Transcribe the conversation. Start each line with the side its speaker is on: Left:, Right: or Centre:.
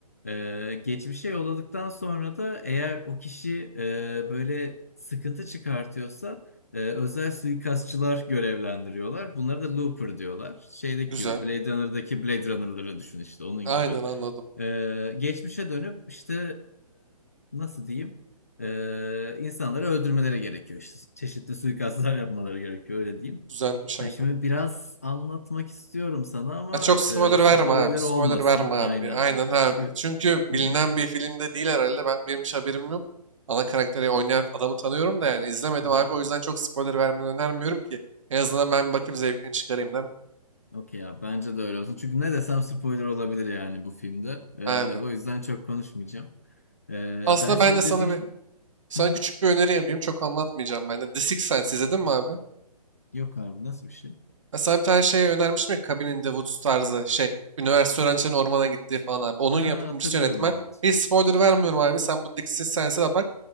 Left: Ee, geçmişe yolladıktan sonra da eğer o kişi e, böyle sıkıntı çıkartıyorsa ee, özel suikastçılar görevlendiriyorlar. Bunlara da Looper diyorlar. Şeydeki
Right: Güzel.
Left: gibi Blade Runner'daki Blade Runner'ları düşün işte onun
Right: Aynen
Left: gibi.
Right: anladım.
Left: Ee, geçmişe dönüp işte e, nasıl diyeyim Ee, insanları öldürmeleri gerekiyor. İşte çeşitli suikastlar yapmaları gerekiyor öyle diyeyim.
Right: Güzelmiş
Left: Ha,
Right: aynen.
Left: şimdi biraz anlatmak istiyorum sana ama
Right: Ya çok
Left: e,
Right: spoiler
Left: spoiler
Right: verme abi. Spoiler
Left: olmasın
Right: verme abi.
Left: aynen.
Right: Aynen abi.
Left: Çünkü
Right: Çünkü bilinen
Left: Hı
Right: bir filmde değil herhalde. Ben benim hiç haberim yok. Ana karakteri oynayan adamı tanıyorum da yani izlemedim
Left: hı.
Right: abi. O yüzden çok spoiler vermeni önermiyorum ki. En azından ben bir bakayım zevkini çıkarayım değil mi?
Left: Okey ya bence de öyle olsun. Çünkü ne desem spoiler olabilir yani bu filmde. Ee,
Right: Abi.
Left: o yüzden çok konuşmayacağım. Ee,
Right: Aslında
Left: ben senin
Right: ben de sana
Left: dediğin...
Right: bir sana
Left: Hı hı.
Right: küçük bir öneri yapayım. Çok anlatmayacağım ben de. The Sixth Sense izledin mi abi?
Left: Yok abi nasıl bir şey?
Right: Ben sana bir tane şey önermiştim ya Cabin in the Woods tarzı şey. Üniversite öğrencilerin ormana gittiği falan abi. Onun
Left: Ha,
Right: yapımcısı
Left: hatırlıyorum
Right: yönetmen.
Left: evet.
Right: Hiç spoiler vermiyorum abi. Sen bu Dixie Sense'e de bak.